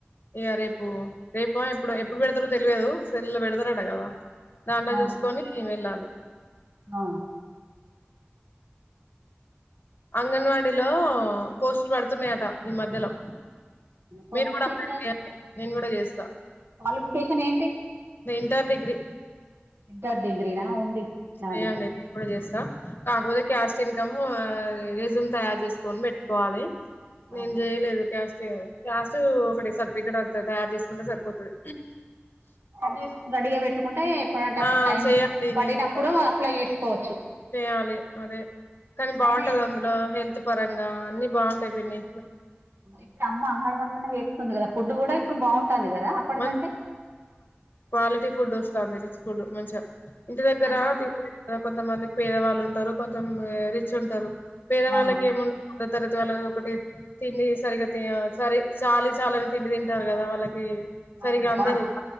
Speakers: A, on the left (about 55°); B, on the right (about 70°).
A: ఇక రేపు రేపో ఎప్పుడో ఎప్పుడు పెడతారో తెలియదు కదా. సెల్ లో పెడతారట కదా దాంట్లో
B: అవును
A: చూసుకొని వెళ్ళాలి.
B: ఆ
A: అంగన్వాడీలో పోస్టులు పడుతున్నాయట ఈ మధ్యలో
B: క్వాలిఫికేషన్
A: మీరు కూడా అప్లై చేయండి నేను కూడా చేస్తా
B: క్వాలిఫికేషన్ ఏంటి?
A: ఇంటర్, డిగ్రీ
B: ఇంటర్, డిగ్రీనా ఉంది. నాది
A: లేదండి ఇప్పుడే చేస్తా కాకపోతే క్యాస్ట్, ఇన్కమ్, రెస్యూమ్ తయారు చేసుకని పెట్టుకోవాలి. నేన్
B: అవును
A: చేయలేదు క్యాస్ట్ క్యాస్ట్ ఒకటి సర్టిఫికెట్ అంతే తయారు చేసుకుంటే సరిపోతాది.
B: సెట్ చేసుకొని రెడీ గా పెట్టు కుంటే ఎప్పుడంటప్పుడు
A: ఆ
B: టైం
A: చేయాలి
B: పడినప్పుడు
A: నేను కూడా
B: అప్లై చేసుకోవచ్చు.
A: చేయాలి అదే కానీ బాగుంటాది
B: అయినా ఏ-
A: అందులో హెల్త్ పరంగా అన్నీ బాగుంటాయి పిన్నీ.
B: ఇప్పుడు అమ్మ అంగన్వాడి లోనే చేస్తుంది కదా ఫుడ్ కూడా ఇప్పుడు బాగుంటుంది. కదా అప్పటికంటే
A: మంచి క్వాలిటీ ఫుడ్ వస్తాంది. రిచ్ ఫుడ్ మంచిగా ఇంటి దగ్గర
B: అన్న
A: కొంతమంది పేదవాళ్ళు ఉంటారు కొంత మంది రిచ్ ఉంటారు. పేదవాళ్ళకేము
B: అవును
A: రెండో తరగతి వాళ్ళ ఒకటి, తిండి సరిగ్గా సరి చాలీ చాలని తిండి తింటారు కదా వాళ్ళకి సరిగా
B: అవును
A: అందదు.
B: వాళ్ళు